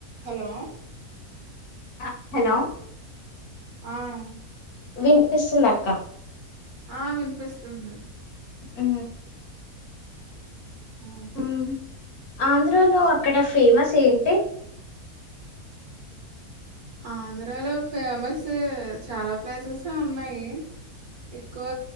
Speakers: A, on the right; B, on the left.
A: Hello
B: ఆ hello
A: అవు
B: వినిపిస్తుంది అక్క
A: ఆ వినిపిస్తుంది
B: అ
A: ఆ
B: మ్మ్ ఆంధ్రాలో అక్కడ ఫేమస్ ఏంటి
A: ఆంధ్రలో ఫేమస్ చాలా ప్లేసెసే ఉన్నాయి ఎక్కువ